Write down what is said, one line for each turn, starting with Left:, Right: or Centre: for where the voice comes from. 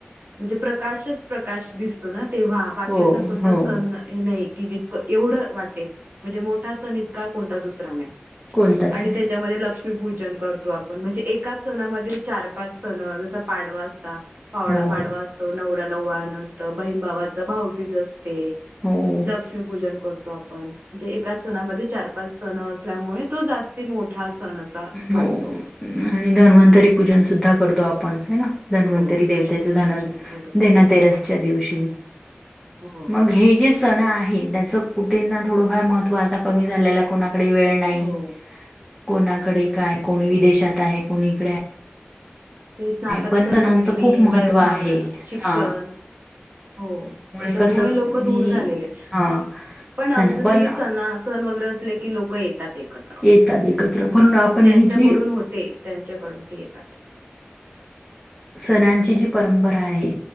Right: म्हणजे प्रकाशच प्रकाश दिसतो ना तेव्हा बाकी
Centre: हो
Right: असा कोणता
Centre: हो
Right: सण नाही. की जितकं एवढं वाटेल म्हणजे मो इतका कोणता दुसरा नाही
Centre: कोणताच
Right: आणि
Centre: नाही
Right: त्याच्यामध्ये लक्ष्मी पूजन करतो आपण, म्हणजे एका सणामध्ये चार पाच सण जस पाडवा असता पावड
Centre: हो
Right: पाडवाअसतो, नवऱ्याला ओवाळनं असतं, बहीण भावाचं भावबीज असतं ते
Centre: हो
Right: लक्ष्मीपूजन करतो आपण म्हनजे एका सणामध्ये चार पाच सण असल्यामुळे तो जास्ती मोठा सण असा वाटतो.
Centre: हो आणि धन्वंतरी
Right: हम्म
Centre: पूजन सुद्धा करतो आपण हेना? धन्वंतरी
Right: हो
Centre: देवतेच
Right: लक्ष्मीपूजन
Centre: धन
Right: बरोबर
Centre: धनातेरसच्या दिवशी
Right: हो
Centre: मग हे जे सण आहे त्याच कुठ ना थोडंफार महत्त्व आता कमी झालेला, कोणाकडे वेळ नाही
Right: हो.
Centre: कोणा कडे काय कोण विदेशात आहे कोणी इकडे आहे.
Right: तेचना आता
Centre: पण
Right: कस
Centre: सणांचं
Right: नोकरी,
Centre: खूप महत्त्व
Right: व्यवहार,
Centre: आहे
Right: शिक्षण
Centre: हा
Right: हो त्याच्यामुळे
Centre: कसं
Right: लोक
Centre: हे
Right: दूर झालेले.
Centre: हा
Right: पण अजूनही
Centre: चला पण
Right: सणा सन वगैरे असले की लोक येतात एकत्र
Centre: येतात एकत्र म्हणून आपण
Right: ज्यांच्याकडून
Centre: ही जी
Right: होते त्यांच्याकडून ते येतात.
Centre: सणांची जी परंपरा आहे,